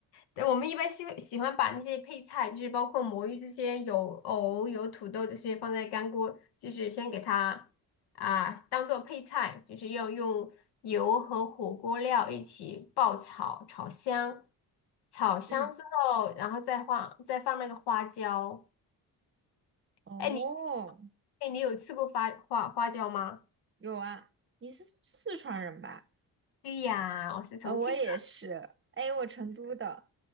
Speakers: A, on the left; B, on the right.
A: 对我们一般喜喜欢把那些配菜，就是包括魔芋这些，有藕、有土豆这些，放在干锅，就是先给它啊当做配菜，就是要用油和火锅料一起爆炒，炒香，炒香之后，
B: 嗯，
A: 然后再放再放那个花椒。
B: 哦，
A: 哎，你哎，你有吃过花花花椒吗？
B: 有啊，你是四川人吧？
A: 对呀，我是重庆
B: 啊、我也是。哎，我成都的。